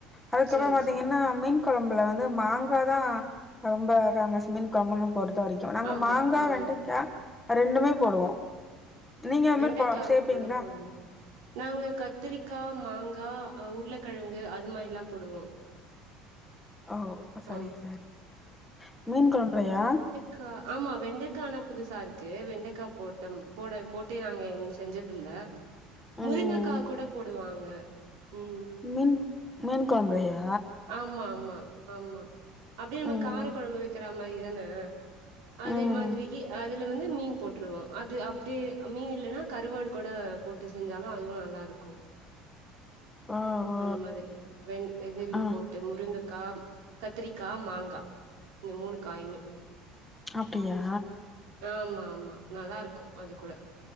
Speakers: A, in the centre; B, on the right.
A: அதுக்கப்பறோம்
B: சரி
A: பாத்தீங்கன்னா
B: சரி
A: மீன் கொழம்பல வந்து மாங்காதான் ரொம்ப ஃபேமஸ் மீன் கொழம்புனு பொறுத்த வரைக்கும் நாங்க
B: ஆமா
A: மாங்கா
B: ஆமா
A: வெண்டைக்கா ரெண்டுமே போடுவோம் நீங்க அது
B: வெண்டக்கா
A: மாரி பா சேப்பீங்ளா
B: கூட போடுவோ நாங்க கத்திரிக்கா மாங்கா உருளக்கெழங்கு அது மாரிலாம் போடுவோம்
A: ஓ செரி
B: ஆம்
A: செரி மீன் கொழம்புலையா
B: க ஆமா வெண்டைக்கானா புதுசா இருக்கு வெண்டைக்கா போட்டம் போட போட்டே நாங்க இன்ஸ் செஞ்சதில்ல
A: ம்
B: முருங்ககா கூட போடுவாங்க ம்
A: மீன் மீன் கொழம்புலையா
B: ஆமா ஆமா ஆமா அப்டியே அந்த
A: ம்
B: கார கொழம்பு வக்கிறா மாரி தான அதே
A: ம்
B: மாதிரியே அதுல வந்து மீன் போட்ருவோ அது அப்டியே மீன் இல்லன்னா கருவாடு கூட போட்டு செஞ்சாலு அதுவு நல்லாருக்கு
A: ஓ ஓ
B: அது மாதிரியா வெண் இதில்
A: ஆ
B: போட்டு முருங்க க்கா கத்திரிக்கா மாங்கா இந்த மூணு காயுமே
A: அப்டியா
B: ஆமா ஆமா நல்லாருக்கு அது கூட